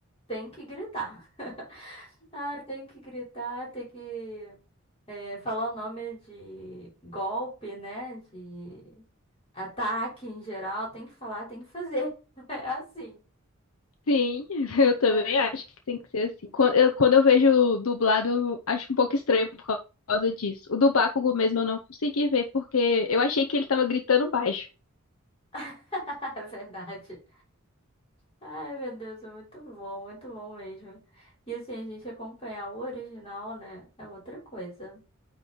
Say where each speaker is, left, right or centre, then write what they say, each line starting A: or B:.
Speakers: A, on the left; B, on the left.
A: tem que gritar. <laughs> Ah, tem que gritar, tem que é, falar o nome de golpe, né? De ataque em geral. Tem que falar, tem que fazer. <laughs> É assim.
B: Sim, <laughs> eu também
A: Ai,
B: acho que tem que ser assim. Quando eu, quando eu vejo dublado, eu acho um pouco estranho por causa disso. O do Bakugo mesmo eu não consegui ver, porque eu achei que ele tava gritando baixo,
A: <laughs> Verdade. Ai, meu Deus, é muito bom, muito bom mesmo. E assim, a gente acompanhar o original, né? É outra coisa.